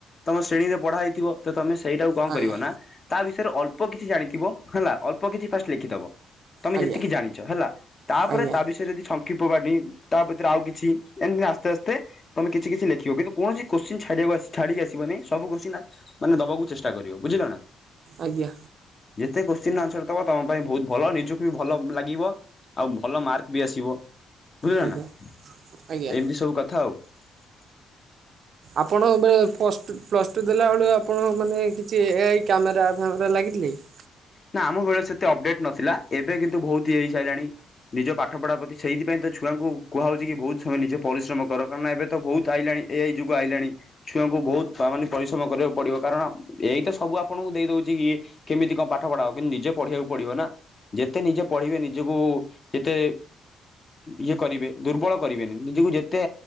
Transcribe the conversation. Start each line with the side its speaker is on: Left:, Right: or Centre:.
Left: ତମ ଶ୍ରେଣୀରେ ପଢା ହେଇଥିବ ତ ତମେ ସେଇଟାକୁ କଣ
Right: ଆଜ୍ଞା ଆଜ୍ଞା
Left: କରିବ ନା ତା ବିଷୟରେ ଅଳ୍ପ କିଛି ଜାଣିଥିବ ହେଲା ଅଳ୍ପ କିଛି ଫାଷ୍ଟ ଲେଖିଦବ। ତମେ
Right: ଆଜ୍ଞା
Left: ଯେତିକି ଜାଣିଚ ହେଲା ତାପରେ
Right: ଆଜ୍ଞା
Left: ତା ବିଷୟରେ ଯଦି ଶ୍ କି ପବାଡୀ ତା ଭିତରେ ଆଉ କିଛି ଏମିତି ଆସ୍ତେ ଆସ୍ତେ ତମେ କିଛି କିଛି ଲେଖିବ କିନ୍ତୁ କୌଣସି କୋଶ୍ଚିନ୍ ଛାଡିଆକୁ ଆସ ଛାଡିକି ଆସିବନି ସବୁ କୋଶ୍ଚିନ୍ ମାନେ ଦବାକୁ ଚେଷ୍ଟା କରିବ ବୁଝିଲ ନା।
Right: ଆଜ୍ଞା।
Left: ଯେତେ କୋଶ୍ଚିିନ ଆନ୍ସର ଦବ ତମ ପାଇଁ ବହୁତ ଭଲ ନିଜକୁ ବି ଭଲ ଲାଗିବ। ଆଉ ଭଲ ମାର୍କ ବି ଆସିବ ବୁଝିଲ
Right: ଆଜ୍ଞା
Left: ନା ଏମିତି
Right: ଆଜ୍ଞା।
Left: ସବୁ କଥା ଆଉ। <unintelligible>
Right: ଆପଣ ଏବେ ପ୍ଲସ୍ ପ୍ଲସ୍ ଟୁ ଦେଲାବେେଳୁ ଆପଣ ମାନେ କିଛି ଏଆଇ କ୍ୟାମେରା ଫ୍ୟାମେରା ଲାଗିଥିଲେ କି?
Left: ନା ଆମ ବେଳେ ସେତେ ଅପଡେଟ ନଥିଲା ଏବେ କିନ୍ତୁ ବହୁତ ହେଇ ସାଇଲାଣି। ନିଜ ପାଠପଢ଼ା ପ୍ରତି ସେଇଥିପାଇଁ ତ ଛୁଆଙ୍କୁ କୁହାହେଉଛି କି ବହୁତ ସମୟ ନିଜେ ପରିଶ୍ରମ କର କାରଣ ଏବେ ତ ବହୁତ ଆଇଲାଣି। ଏ ଆଇ ଯୁଗ ଆଇଲାଣି ଛୁଆଙ୍କୁ ବହୁତ ମାନେ ପରିଶ୍ରମ କରିବାକୁ ପଡିବ କାରଣ ଏଆଇ ତ ସବୁ ଆପଣଙ୍କୁ ଦେଇ ଦଉଛି କି କେମିତି କ ପାଠ ପଢ଼ା କିନ୍ତୁ ନିଜେ ପଢ଼ିବାକୁ ପଡ଼ିବ ନା ଯେତେ ନିଜେ ପଢ଼ିବେ ନିଜକୁ ଯେତେ ଇଏ କରିବେ ଦୁର୍ବଳ କରିବେନି ନିଜକୁ ଯେତେ